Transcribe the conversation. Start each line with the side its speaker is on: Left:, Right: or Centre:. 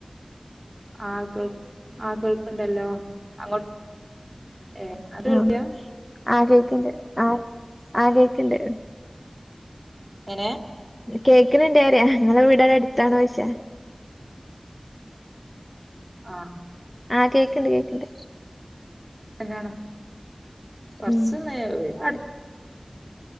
Right: ആഹ് കേൾ ആ കേൾക്ണ്ടല്ലോ അങ്ങോട്ട് ഏഹ് അങ്ങട്ട് കേൾക്കാ
Left: ഉം ആ കേക്ണ്ട് ആ ആ കേക്ണ്ട്.
Right: എങ്ങനെ?
Left: കേക്ക്ണ്ണ്ടാറിയാ ങ്ങളവീടെ ടടുത്താണോയ്ച്ച?
Right: ആഹ്
Left: ആഹ് കേക്ണ്ട് കേക്ണ്ട്
Right: തന്നെയണോ കൊറച്ച്
Left: ഉം
Right: നേ <unintelligible> അടു